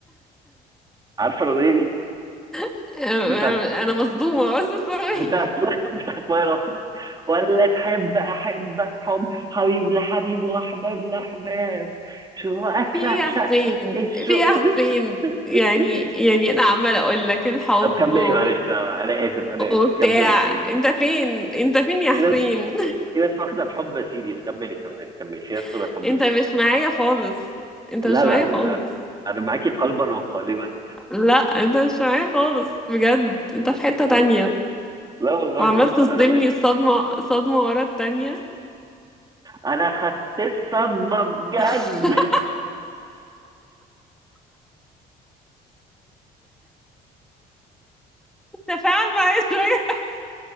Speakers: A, on the right (about 25°); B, in the centre.
A: عارفة الأغنية دي؟
B: <laughs>
A: بتاعت
B: انا مصدومة بس سوري
A: بتاعت
B: <laughs>
A: <laughs> بتاعت ماي راسي ولا تحب احبك حب حبيب لحبيب واحباب لاحباب شوقك
B: في ايه
A: شع
B: يا
A: شع
B: حسين
A: شع الشوق
B: في ايه يا
A: <laughs>
B: حسين يعني يعني انا عمالة اقول لك الحب
A: طب كملي
B: و...
A: معلش انا اسف انا
B: وبتاع
A: اسف كملي كملي
B: انت فين انت فين يا
A: في
B: حسين
A: ناس في ناس واخده الحب سيريس كملي كملي كملي في ناس واخده
B: <laughs>
A: الحب
B: انت
A: سيريس
B: مش معايا خالص انت
A: لا
B: مش
A: لا
B: معايا
A: لا.
B: خالص
A: انا معاكي قلبا وقالبا
B: لا انت مش معايا خالص بجد انت في حتة
A: وال-
B: تانية
A: لا والله
B: وعمال
A: انا اه
B: تصدمني
A: انا معاكي
B: صدمة صدمة ورا التانية
A: انا خدت الصدمه بجد
B: <laughs> تفاعل معايا شوية <laughs>